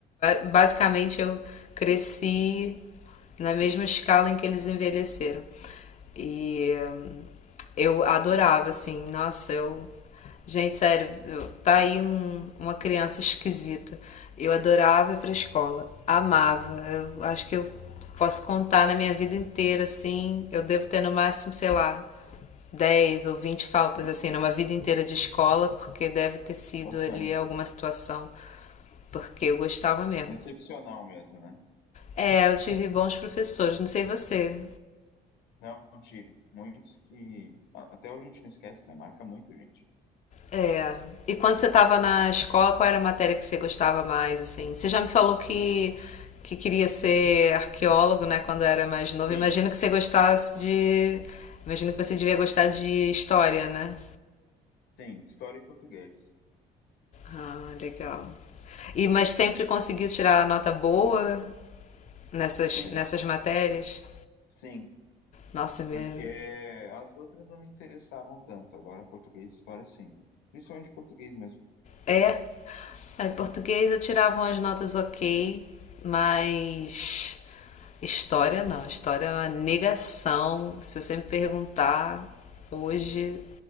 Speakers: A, on the left; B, on the left.
A: basicamente eu cresci na mesma escala em que eles envelheceram. E hum, eu adorava, assim, nossa, eu Gente, sério, tá aí um- uma criança esquisita. Eu adorava ir pra escola, amava. Eu acho que eu posso contar na minha vida inteira, assim. Eu devo ter no máximo, sei lá, dez ou vinte faltas,
B: sim,
A: assim, numa vida inteira de escola, porque deve ter sido
B: bacana.
A: ali alguma situação. Porque eu gostava mesmo.
B: Excepcional mesmo, né?
A: É, eu tive bons professores, não sei você.
B: Não, tire. Muitos que até hoje a gente não esquece, né? Marca muito, gente.
A: É. E quando você estava na escola, qual era a matéria que você gostava mais, assim? Você já me falou que, que queria ser arqueólogo, né, quando era mais novo.
B: Sim,
A: Imagino que você gostasse de... Imagino que você devia gostar de história, né?
B: sim, história e português.
A: Ah, legal. E, mas sempre conseguiu tirar nota boa nessas,
B: Sim,
A: nessas matérias?
B: sim,
A: Nossa, me,
B: porque as outras não me interessavam tanto, agora português e história sim. Principalmente português mesmo.
A: É. é,
B: Aham,
A: português eu tirava umas notas ok, mas história não. História é uma negação. Se você me perguntar hoje,